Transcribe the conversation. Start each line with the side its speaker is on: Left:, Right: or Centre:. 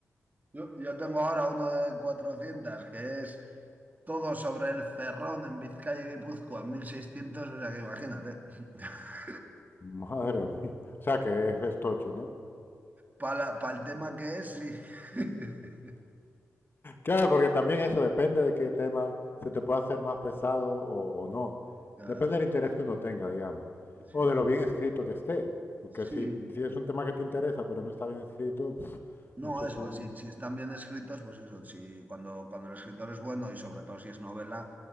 Right: Yo, yo tengo ahora uno de 400, que es todo sobre el ferrón en Vizcaya y Guipúzcoa, mil seiscientos o sea que imagínate. <laughs>
Left: Madre mía. O sea que es, es tocho, ¿no?
Right: Para el tema que es, sí. <laughs>
Left: Claro, porque también eso depende de qué tema se te pueda hacer más pesado o, o no.
Right: Ya,
Left: Depende del interés que uno tenga, digamos, o
Right: Sí.
Left: de lo bien escrito que esté. Porque
Right: Sí.
Left: si, si es un tema que te interesa, pero no está bien escrito, <sniffs>
Right: No,
Left: eso es
Right: eso,
Left: un...
Right: si, si están bien escritos, pues eso, si cuando, cuando el escritor es bueno y sobre todo si es novela,